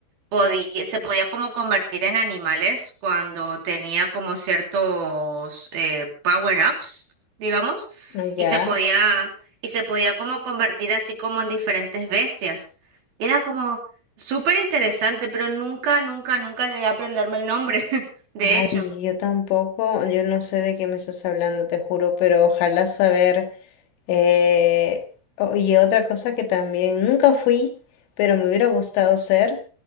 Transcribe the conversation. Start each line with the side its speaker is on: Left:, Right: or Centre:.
Right: podía, se podía como convertir en animales cuando tenía como ciertos eh, power-ups, digamos,
Left: ah, ya.
Right: y se podía, y se podía como convertir así como en diferentes bestias. Y era como súper interesante, pero nunca, nunca, nunca llegué a aprenderme el nombre, <laughs> de
Left: Ay,
Right: hecho.
Left: yo tampoco, yo no sé de qué me estás hablando, te juro, pero ojalá saber. Eh, o- y otra cosa que también nunca fui, pero me hubiera gustado ser,